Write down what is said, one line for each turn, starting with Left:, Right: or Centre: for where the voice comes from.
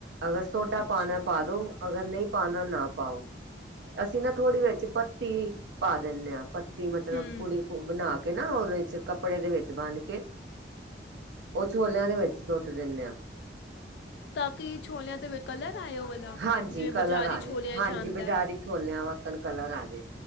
Right: ਅਗਰ ਸੋਡਾ
Left: ਅੱਛਾ
Right: ਪਾਣਾ ਪਾ ਦੋ ਅਗਰ ਨਹੀਂ ਪਾਣਾ ਨਾ ਪਾਓ, ਅਸੀਂ ਨਾ ਥੋੜ੍ਹੀ ਵਿਚ ਪੱਤੀ ਪਾ ਦਿੰਦੇ ਆ। ਕੀ ਮਤਲਬ
Left: ਹੂੰ
Right: ਪੁੜੀ ਬਣਾ ਕੇ ਨਾ ਉਹਦੇ ਵਿੱਚ ਕੱਪੜੇ ਦੇ ਵਿੱਚ ਬੰਨ ਕੇ, ਉਹ ਛੋਲਿਆਂ ਦੇ ਵਿੱਚ ਸੱਟ ਦਿੰਦੇ ਆ।
Left: ਤਾਂ ਕੀ ਛੋਲਿਆਂ ਤੇ ਵਿਚੱ ਕਲਰ ਆਇ ਓ ਵਾਲਾ?
Right: ਹਾਂਜੀ
Left: ਜਿਵੇਂ
Right: ਕਲਰ
Left: ਬਾਜ਼ਾਰੀ
Right: ਆਜੇ,
Left: ਛੋਲਿਆਂ
Right: ਹਾਂਜੀ
Left: 'ਚ ਆਉਂਦਾ
Right: ਬਾਜ਼ਾਰੀ
Left: ਹੈ
Right: ਛੋਲਿਆ ਵਕ ਕਣ ਕਲਰ ਆਜੇ